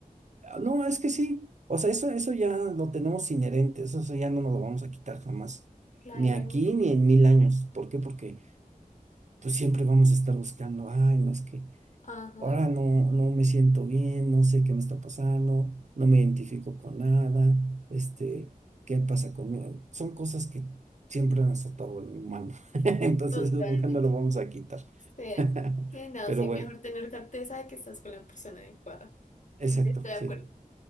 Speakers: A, on the right; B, on the left.
A: Ah, No, es que sí. O sea, eso, eso ya lo tenemos inherente, eso, eso ya no nos lo vamos a quitar jamás.
B: claro,
A: Ni aquí ni en mil años. ¿Por qué? Porque pues siempre vamos a estar buscando, ay, no es que
B: ajá,
A: ahora no, no me siento bien, no sé qué me está pasando, no me identifico con nada, este, ¿qué pasa conmigo? Son cosas que siempre han estado en el humano, <laughs> entonces
B: totalmente.
A: eso nunca nos lo vamos a quitar.
B: Sí,
A: <laughs>
B: sí, no,
A: Pero
B: sí,
A: bueno,
B: mejor tener certeza de que estás con la persona adecuada.
A: exacto,
B: Estoy de acuerdo.
A: sí.